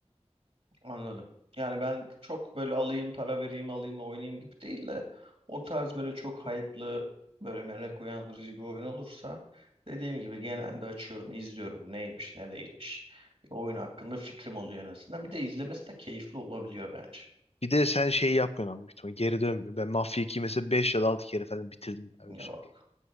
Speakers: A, on the right; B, on the left.
A: Anladım. Yani ben çok böyle alayım para vereyim alayım oynayayım gibi değil de o tarz böyle çok hype'lı böyle merak uyandırıcı bir oyun olursa dediğim gibi genelde açıyorum izliyorum neymiş ne değilmiş. Bir oyun hakkında fikrim oluyor en azından. Bir de izlemesi de keyifli olabiliyor bence.
B: Bir de sen şey yapmıyorsun abi büyük ihtimalle. Geri dönmüyor. Ben Mafia 2'yi mesela 5 ya da 6 kere falan bitirdim. yani
A: Yok
B: öyle